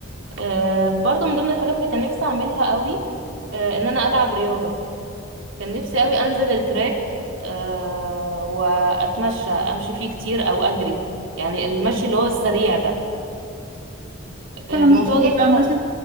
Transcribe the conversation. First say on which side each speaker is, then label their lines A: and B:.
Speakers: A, on the right; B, on the right.
A: أه برضو من ضمن الحاجات اللي كان نفسي اعملها قوي أه ان انا العب رياضة كان نفسي قوي انزل التراك آه واتمشى امشي فيه كتير او اجري يعني المشي اللي هو السريع ده آه،
B: فاهمك
A: الموضوع ده
B: هي
A: بح-
B: عامة